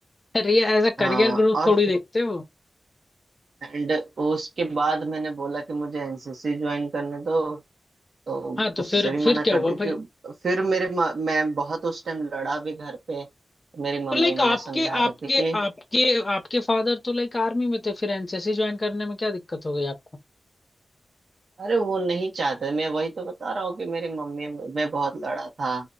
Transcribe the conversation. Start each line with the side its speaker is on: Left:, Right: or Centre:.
Left: अरे ये एज अ
Right: हाँ
Left: करियर ग्रुप
Right: और
Left: थोड़ी देखते हो
Right: एंड उसके बाद मैंने बोला कि मुझे एनसीसी ज्वाइन करने दो तो
Left: हाँ तो
Right: उससे
Left: फिर
Right: भी
Left: फिर
Right: मना
Left: क्या
Right: कर
Left: हुआ
Right: दी
Left: भाई
Right: कि फिर मेरे म- मैं बहुत उस टाइम लड़ा भी घर पे मेरी मम्मी
Left: तो लाइक
Right: मुझे
Left: आपके
Right: समझा रही
Left: आपके
Right: थी कि
Left: आपके आपके फादर तो लाइक आर्मी में थे फिर एनसीसी ज्वाइन करने में क्या दिक्कत हो गई आपको
Right: अरे वो नहीं चाहते मैं वही तो बता रहा हूँ कि मेरी मम्मी मैं बहुत लड़ा था